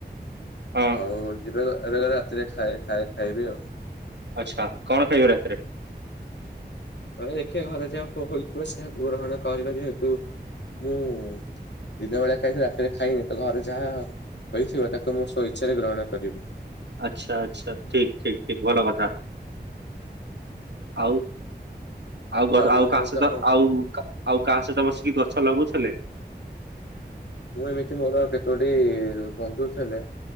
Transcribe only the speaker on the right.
ହଁ
ଆଚ୍ଛା କଣ ଖାଇବ ରାତିରେ?
ଆଚ୍ଛା ଆଚ୍ଛା ଠିକ ଠିକ ଠିକ ଭଲ କଥା। ଆଉ। ଆଉ
ଗ
ଆଉ
କାହା ସହିତ
ଆଉ କା ଆଉ କାହା ସହିତ ବସିକି ଗଛ ଲଗଉ ଲେ।